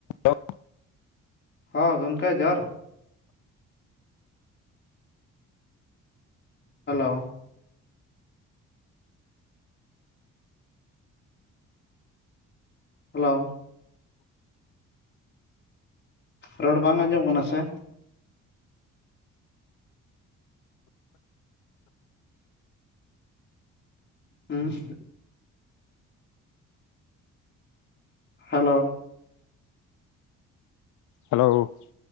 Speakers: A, on the left; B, on the left.
A: ᱡᱚ <inaudible>
B: ᱦᱚᱸ ᱜᱚᱝᱠᱮ ᱡᱚᱦᱟᱨ ᱦᱮᱞᱳ ᱦᱮᱞᱳ ᱨᱚᱲ ᱵᱟᱝ ᱟᱸᱡᱚᱢ ᱠᱟᱱᱟ ᱥᱮ? ᱦᱩᱸᱻ ᱦᱮᱞᱳ
A: ᱦᱮᱞᱳ